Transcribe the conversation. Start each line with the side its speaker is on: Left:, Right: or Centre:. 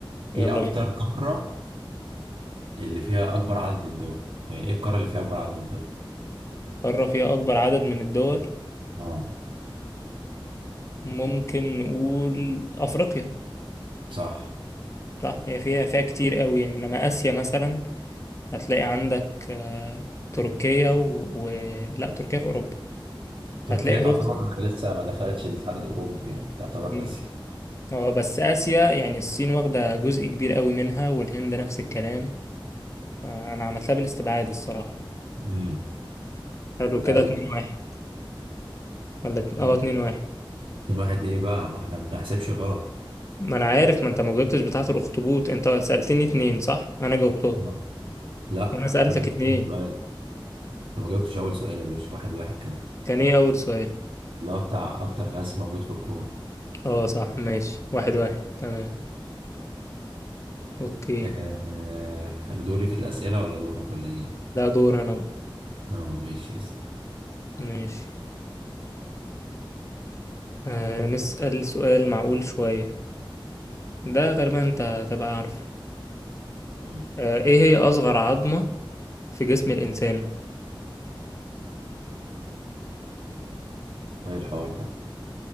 Left: يلا
Right: ايه اكتر
Left: بينا
Right: قارة اللي فيها اكبر عدد من الدول يعني ايه القارة اللي فيها اكبر عدد من الدول
Left: قارة فيها أكبر عدد من الدول
Right: اه
Left: ممكن نقول أفريقيا
Right: صح
Left: صح هي فيها فيها كتير قوي إنما آسيا مثلا هتلاقي عندك آه، تركيا و... و... لا تركيا في أوروبا
Right: تركيا
Left: هتلاقي روسيا
Right: تعتبر لسه ما دخلتش الاتحاد الاوروبي يعني تعتبر
Left: مم.
Right: اسيا
Left: اه بس آسيا يعني الصين واخدة جزء كبير قوي منها والهند نفس الكلام آه، انا عملتها بالاستبعاد الصراحه يعني
Right: امم
Left: حلو كده
Right: ايوه
Left: 2 1 ولا ات-
Right: إيه.
Left: اه 2 1
Right: اتنين واحد ايه بقى ما احنا ما بنحسبش غلط
Left: ما انا عارف ما انت ما جاوبتش بتاعه الاخطبوط انت سالتني اتنين صح انا جاوبتهم
Right: آه. لا
Left: وانا سالتك
Right: انت ما جبتش
Left: اتنين
Right: اول سؤال انت ما جاوبتش اول سؤال يا باشا واحد واحد كان
Left: كان ايه اول سؤال
Right: اللي هو بتاع اكتر غاز موجود في الكون
Left: اه صح ماشي واحد واحد تمام اوكي
Right: آه، دوري في الاسئلة ولا دورك ولا ايه
Left: ده دور انا بقى
Right: اه ماشي اسأل
Left: ماشي آه نسال سؤال معقول شويه ده غالبا انت هتبقى عارفه
Right: آه.
Left: آه ايه هي اصغر عظمه في جسم الانسان
Right: ايه الحوار ده